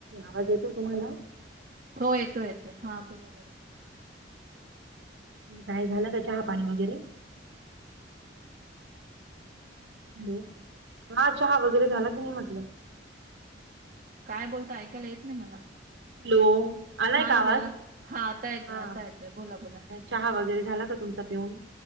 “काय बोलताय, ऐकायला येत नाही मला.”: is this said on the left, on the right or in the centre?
Right